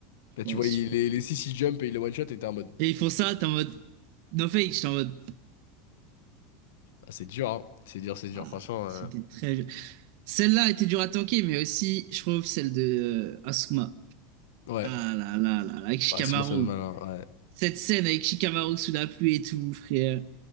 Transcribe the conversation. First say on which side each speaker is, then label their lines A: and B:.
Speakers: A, on the left; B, on the right.
A: Là, tu
B: je pense.
A: vois, il, les, les 6 ils jump et il les one-shot et t'es en mode.
B: Et ils font ça, t'es en mode. No fake, j'étais en mode.
A: Ah, c'est dur, hein. C'est dur, c'est dur.
B: Ah,
A: Franchement, euh,
B: c'était très. Celle-là était dure à tanker, mais aussi, je trouve, celle de euh, Asuma.
A: ouais.
B: Ah là là là, là, avec Shikamaru.
A: Ouais, c'est moi, ça me malin. Ouais.
B: Cette scène avec Shikamaru sous la pluie et tout, frère.